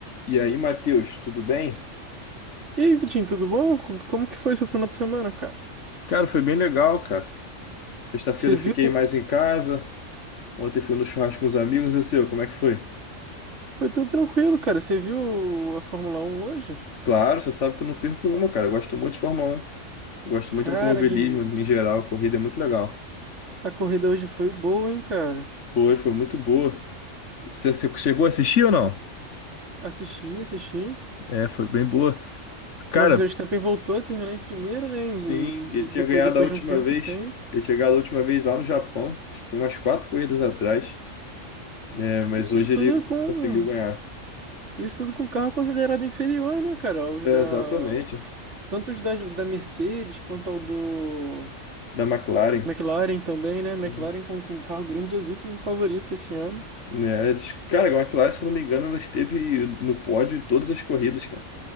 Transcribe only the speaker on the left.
E aí, Matheus, tudo bem?
Cara, foi bem legal, cara. Sexta-feira
eu
fiquei mais em casa. Ontem fui no churrasco com os amigos. E o seu, como é que foi?
Claro, você sabe que eu não perco uma, cara. Eu gosto muito de Fórmula 1. Eu gosto muito
de automobilismo
em geral. A corrida é muito legal.
Foi, foi muito boa. Você, você chegou a assistir ou não?
É, foi bem boa. Cara,
sim, ele
tinha
ganhado
a última
vez.
Eu tinha ganhado a última vez lá no Japão. Acho que tem umas quatro corridas atrás. né? mas
hoje
ele
conseguiu ganhar.
É,
exatamente.
Da McLaren.
Isso.
É, diz- cara, a McLaren, se eu não me engano, ela esteve no pódio em todas as corridas, cara.